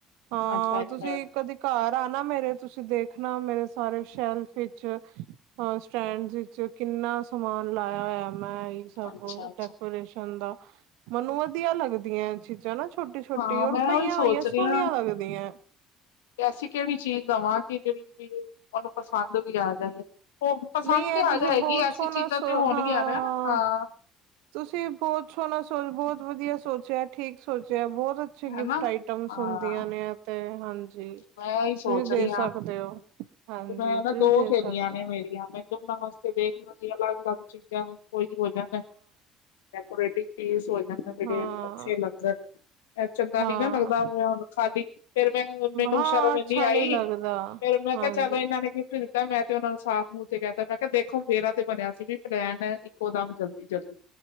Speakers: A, on the right (about 75°); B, on the left (about 80°).
A: ਹਾਂ,
B: ਅੱਛਾ ਅੱਛਾ
A: ਤੁਸੀਂ ਕਦੀ ਘਰ ਆਣਾ ਮੇਰੇ, ਤੁਸੀਂ ਦੇਖਣਾ ਮੇਰੇ ਸਾਰੇ ਸ਼ੈਲਫ ਵਿਚ ਅ ਸਟੈਂਡ ਇੱਚ ਕਿੰਨਾ ਸਮਾਨ ਲਾਇਆ ਹੋਇਆ। ਮੈਂ ਸਭ
B: ਅੱਛਾ ਅੱਛਾ
A: ਡੈਕੋਰੇਸ਼ਨ ਦਾ, ਮੰਨੂੰ ਵਧੀਆ ਲੱਗਦੀਆਂ ਚੀਜ਼ਾਂ ਨਾ, ਛੋਟੀ-ਛੋਟੀ,
B: ਹਾਂ
A: ਔਰ
B: ਮੈਂ
A: ਪਈਆਂ
B: ਉਹੀ ਸੋਚ
A: ਹੋਈਆਂ,
B: ਰਹੀ
A: ਸੋਹਨੀਆ
B: ਹਾਂ
A: ਲੱਗਦੀਆਂ
B: ਐਸੀ ਕਿਹੜੀ ਚੀਜ਼ ਦਵਾਂ? ਕੀ, ਜਿਹੜੀ ਵੀ ਉਹਨੂੰ ਪਸੰਦ ਵੀ, ਆ ਜਾਏ । ਉਹ ਪਸੰਦ
A: ਨਹੀਂ ਇਹ
B: ਵੀ ਆ
A: ਤੁਸੀਂ
B: ਜਾਏਗੀ,
A: ਬਹੁਤ
B: ਐਸੀ
A: ਸੋਹਣਾ
B: ਚੀਜ਼ਾਂ
A: ਸੋ
B: ਤੇ ਹੋਣਗੀਆਂ
A: ਹਾਂ
B: ਨਾ, ਹਾਂ ।
A: ਤੁਸੀਂ ਬਹੁਤ ਛੋਹਣਾ ਸੋਚ, ਬਹੁਤ ਵਧੀਆ ਸੋਚਿਆ, ਠੀਕ ਸੋਚਿਆ। ਬਹੁਤ ਅ ਗਿਫਟ
B: ਹਨਾ
A: ਆਈਟਮਸ
B: ਹਾਂ
A: ਹੁੰਦੀਆਂ ਨੇ, ਤੇ, ਹਾਂਜੀ ਜੇ,
B: ਮੈਂ ਇਹੀ ਸੋਚ
A: ਤੁਸੀਂ
B: ਰਹੀ
A: ਦੇ
B: ਹਾਂ
A: ਸਕਦੇ ਹੋ। ਹਾਂਜੀ,
B: ਤੇ ਮੈਂ ਨਾ
A: ਤੁਸੀਂ
B: ਦੋ
A: ਦੇ
B: ਸਹੇਲੀਆਂ
A: ਸਕਦੇ।
B: ਨੇ ਮੇਰੀਆਂ ''ਮੈਂ ਦੋਨਾਂ ਵਾਸਤੇ ਦੇਖ ਲਾਂਗੀ, ਅਲੱਗ-ਅਲੱਗ ਚੀਜ਼ਾਂ ਕੋਈ ਹੋ ਜਾਣਾ। ਡੈਕੋਰੇਟਿਵ ਚੀਜ਼ ਹੋ ਜਾਣ, ਕਿਹੜੇ
A: ਹਾਂ
B: ਅੱਛੇ ਲੱਗਣ ਐੱ, ਚੰਗਾ
A: ਹਾਂ
B: ਨੀ, ਨਾ ਲੱਗਦਾ ਹੋਇਆ। ਖਾਲੀ ਫੇਰ, ਮੈਂ, ਮੈਨੂੰ
A: ਹਾਂ
B: ਸ਼ਰਮ
A: ਅੱਛਾ
B: ਇੰਨੀ ਆਈ
A: ਨਹੀਂ ਲੱਗਦਾ
B: ਫੇਰ, ਮੈਂ, ਕਿਹਾ
A: ਹਾਂਜੀ
B: ਚਲੋ, ਇਹਨਾਂ ਨੇ ਗਿਫਟ ਦਿੱ ਤਾਂ, ਮੈਂ, ਤੇ ਉਹਨਾਂ ਨੂੰ ਸਾਫ਼ ਮੂੰਹ ਤੇ ਕਹਿਤਾ ''ਮੈਂ ਕਿਹਾ ਦੇਖੋ ਮੇਰਾ ਤੇ ਬਣਿਆ ਸੀ, ਵੀ ਪਲੈਨ ਇੱਕੋ ਦਮ ਜਲਦੀ-ਜਲਦੀ।